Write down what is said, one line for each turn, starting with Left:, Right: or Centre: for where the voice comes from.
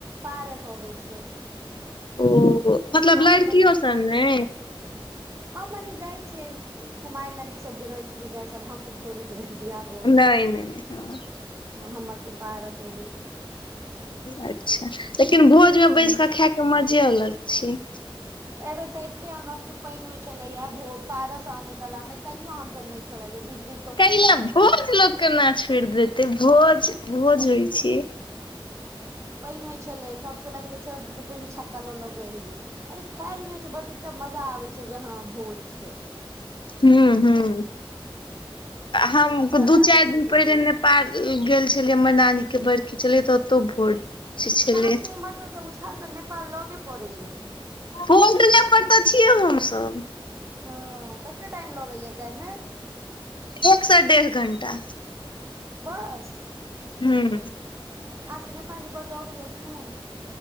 Right: पारस ओबे छै।
Left: ओ मतलब
Right: अहाँ
Left: लड़कीयों
Right: सबके
Left: सब नै।
Right: हाँ मने जाइ छैय कुमैर लड़की सब जे रहे छैय से जाइ छैय आब हम सब थोड़े जेबै। वियाह भऽ गेले
Left: नहि
Right: तऽ
Left: नहि हँ
Right: हमर सबके पारस ओबै छै।
Left: अच्छा लेकिन भोजमे
Right: हूँ
Left: बैस कऽ खैके मजे अलग छै।
Right: अहि बेेर तऽ एते हमरा सब के पानी होय छले या भो पारस आने कला में तयो हमस नै छोड़लिये भीज -भीज। कऽ
Left: कै
Right: खूब
Left: ल
Right: पारस
Left: भोज
Right: अनलियै
Left: लोग केना छोड़ देते भोज- भोज होइ छै।
Right: पानी होइ छले सबके लगले छोड़ि देते फिर भी छत्ता लऽ ल के एलिये अरे खैल नहि होइ छै ब। मजा आबै छैय जे हाँ भोज छै।
Left: हूं हूं हम
Right: एकटा
Left: दू
Right: लागे
Left: चार
Right: छै
Left: दिन
Right: जे
Left: पहिले।
Right: भोज
Left: पार गेल छलै हमर नानी के बड़खी छलै त ओतौ भोज। छलै
Right: य अहाँ सबके इम्हर से तऽ उछाल तऽ नेपाल लगे पड़ैया।
Left: बोट ले पर तऽ छियै हम-सब।
Right: ओ कते टाइम लगैया जायमे।
Left: एक से डेढ़ घंटा।
Right: बस।
Left: हूं।
Right: अहा सब के नेपाली बाजो ओबेया की नई।